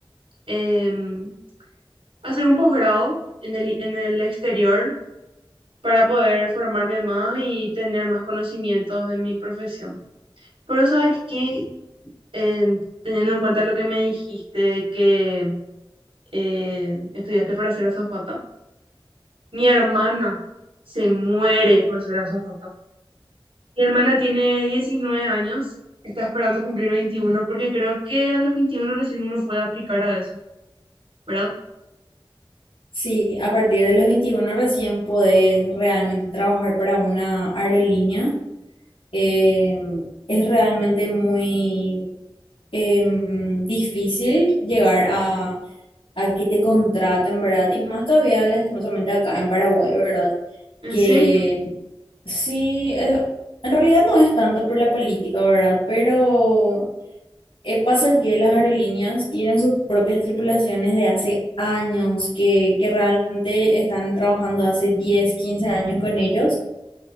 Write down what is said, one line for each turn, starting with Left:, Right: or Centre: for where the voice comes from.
Right: em, hacer un posgrado en el, en el exterior para poder formarme más y tener más conocimientos de mi profesión. Pero sabes que en- teniendo en cuenta lo que me dijiste, que eh, estudiaste para ser azafata, mi hermana se muere por ser azafata. Mi hermana tiene 19 años, está esperando cumplir 21 porque creo que a los 21 recién uno puede aplicar a eso, ¿verdad?
Left: Sí, a partir de los 21 recién podés realmente trabajar para una aerolínea. Eh, es realmente muy em, difícil llegar a, a que te contraten, ¿verdad? Y más todavía, lastimosamente, acá en Paraguay, ¿verdad?
Right: ¿En
Left: que
Right: serio?
Left: Sí, eh, en realidad no es tanto por la política, ¿verdad? Pero eh, pasa que las aerolíneas tienen sus propias tripulaciones de hace años, que, que realmente están trabajando hace 10, 15 años con ellos.